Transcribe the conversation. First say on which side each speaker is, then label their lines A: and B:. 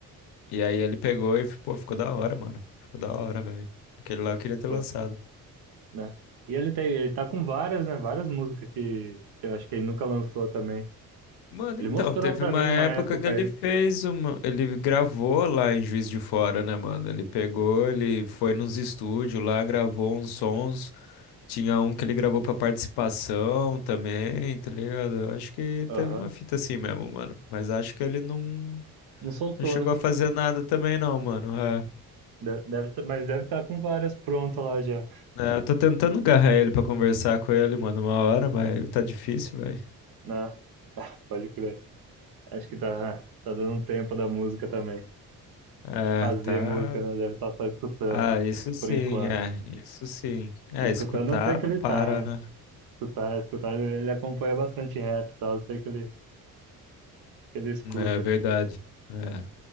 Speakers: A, on the left; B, on the right.
A: E aí ele pegou e, pô, ficou da hora, mano. Ficou da hora, velho. Aquele lá eu queria ter
B: pô,
A: lançado.
B: né? E ele tem, ele tá com várias, né? Várias músicas que, que eu acho que ele nunca lançou também.
A: Mano,
B: Ele
A: então,
B: mostrou
A: teve
B: pra
A: uma
B: mim
A: época
B: uma época
A: que ele
B: aí.
A: fez uma. Ele gravou lá em Juiz de Fora, né, mano? Ele pegou, ele foi nos estúdios lá, gravou uns sons. Tinha um que ele gravou pra participação também, tá ligado? Eu Acho que
B: Aham.
A: teve uma fita assim mesmo, mano. Mas acho que ele não,
B: Não soltou,
A: não chegou
B: né?
A: a fazer nada também, não, mano. É.
B: De- Deve, tá- mas deve estar com várias prontas lá já,
A: É, eu tô tentando agarrar ele pra conversar com ele, mano, uma hora, mas tá difícil, velho.
B: né? Pode crer. Acho que tá, tá dando um tempo da música também.
A: É,
B: De fazer
A: tá.
B: música, né? Deve estar só escutando,
A: Ah, isso sim,
B: por enquanto.
A: é, isso sim. É,
B: Escutando
A: escutar
B: eu sei que
A: não
B: ele
A: para,
B: tá. né?
A: né?
B: Escutar, escutar, ele, ele acompanha bastante rap e tal, eu sei que ele, que ele escuta.
A: É verdade. É.